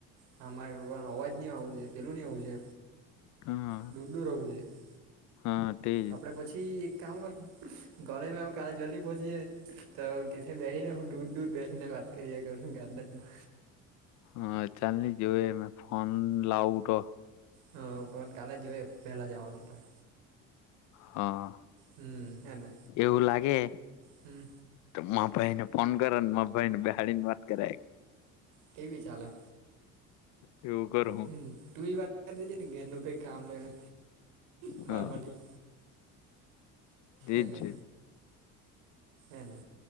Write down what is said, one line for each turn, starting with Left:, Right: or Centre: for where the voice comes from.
Right: હા મારે અવાજ નઈ આવું છે પેલું નહી આવું છે.
Left: હા.
Right: <unintelligible>
Left: હા તે?
Right: આપણે પછી એક કામ કર કોલેજમાં કાલે જલ્દી પહોંચી જાય તો કે બેહીને હ દૂર દૂર બેહી ને વાત કરિયા કરશું ગાડનમાં
Left: હા ચાલ ન જોવે મે ફોન લાવું તો
Right: હા પણ કાલે જોએ પહેલા જવાનું તો.
Left: હા
Right: હમ હેને
Left: એવું લાગે
Right: હમ
Left: તો મા ભાઈ ને ફોન કર ને મા ભાઈ ને બેહાડીને વાત કરે.
Right: ટીવી ચાલે.
Left: એવું કરો
Right: હમ તુંજ વાત કરી લેજે ને ઘરનું કઈ કામ લેને. માર
Left: હા
Right: માથી.
Left: તેજ
Right: એને
Left: છે
Right: એને.